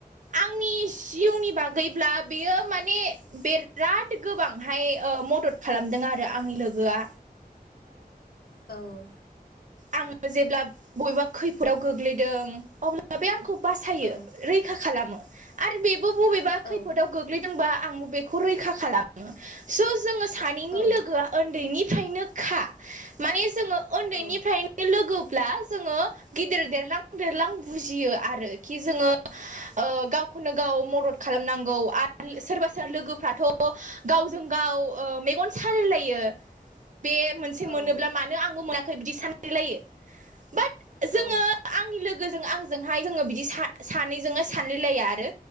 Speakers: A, on the right; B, on the left.
A: आंनि जिउनि बाग गैब्ला बियो माने बिराद गोबांहाय मदद खालामदों आरो आरो आंनि लोगोआ
B: औ
A: आङो जेब्ला बबेबा खैफोदाव गोग्लैदों अब्ला माब बे आंखौ बासायो
B: औ
A: रैखा खालामो आरो बेबो बबेबा
B: औ
A: खैफोदाव गोग्लैदोंबा आं बेखौ रैखा खालामो स' जोङो सानैनि
B: औ
A: लोगोआ उन्दैनिफ्रायनो खा माने जोङो उन्दैनिफ्रायनो
B: औ
A: लोगो्ला जोङो गिदिर देरलां देरलां बुजियो आरो खि जोङो गावखौनो गाव मदद खालामनांगौ आरो सोरबा सोर लोगोफ्राथ' गावजों गाव मेगन सालायलायो बे मोनसे
B: औ
A: मोनोब्ला मानो आंबो मोनाखै बिदि सानललायो बाट
B: औ
A: जोङो आंनि लोगोजों आंजोंहाय जोङो बिदि सानैजोंनो सानलायलाया आरो